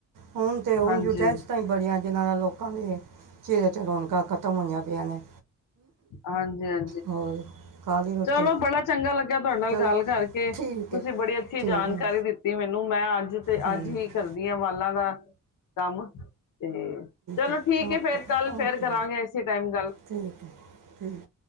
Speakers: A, on the right (about 75°); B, on the left (about 75°).
A: ਹੁਣ ਤੇ ਉਂਜ,
B: ਹਾਂਜੀ
A: ਟੈਂਨਸਨਾਂ ਹੀ ਬੜੀਆਂ, ਜਿਹਨ੍ਹਾਂ ਨਾਲ ਲੋਕਾਂ ਦੇ ਚਿਹਰੇ 'ਚ ਰੌਣਕਾਂ ਖਤਮ ਹੋਈਆਂ ਪਈਆਂ ਨੇ।
B: ਹਾਂਜੀ, ਹਾਂ
A: ਹੋਰ? ਖਾ ਲਈ ਰੋਟੀ
B: ਚਲੋ ਬੜਾ ਚੰਗਾ ਲੱਗਿਆ ਤੁਹਾਡੇ ਨਾਲ
A: ਚਲੋ
B: ਗੱਲ ਕਰਕੇ,
A: ਠੀਕ ਹੈ
B: ਤੁਸੀਂ ਬੜੀ ਅੱਛੀ
A: ਠੀਕ
B: ਜਾਣਕਾਰੀ
A: ਹੈ
B: ਦਿੱਤੀ ਮੈ ਨੂੰ ਮੈਂ ਅੱ ਜ ਤੇ
A: ਚਲੋ-
B: ਅੱਜ ਹੀ ਕਰਦੀ ਆਂ ਵਾਲਾਂ ਦਾ ਕੰਮ ਤੇ ਚਲੋ
A: ਹੈ
B: ਠੀਕ ਏ
A: ਓਕੇ
B: ਫੇਰ ਕੱਲ
A: ਓਕੇ
B: ਫੇਰ ਕਰਾਂਗੇ ਇਸੇ ਟਾਈਮ ਗੱਲ।
A: ਠੀਕ ਹੈ ਠੀਕ